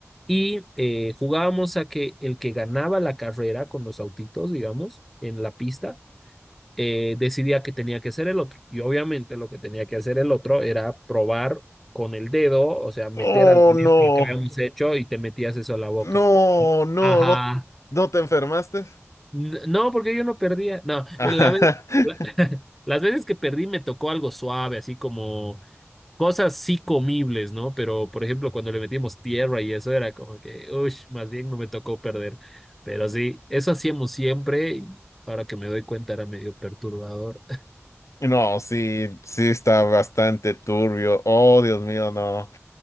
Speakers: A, in the centre; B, on the left.
A: y eh, jugábamos a que el que ganaba la carrera con los autitos, digamos, en la pista, eh, decidía que tenía que hacer el otro. Y obviamente lo que tenía que hacer el otro era probar con el dedo, o sea, meter
B: Oh,
A: al la
B: no.
A: mezcla que habíamos hecho y te metías eso a la boca.
B: No, no,
A: Ajá.
B: no. ¿No te enfermaste?
A: N- No, porque yo no perdía. No,
B: Ajá.
A: la vez,
B: <laughs>
A: la- <laughs> las veces que perdí me tocó algo suave, así como cosas sí comibles, ¿no? Pero, por ejemplo, cuando le metimos tierra y eso era como que, uy, más bien no me tocó perder. Pero sí, eso hacíamos siempre y ahora que me doy cuenta era medio perturbador.
B: No, sí, sí está bastante turbio. Oh, Dios mío, no.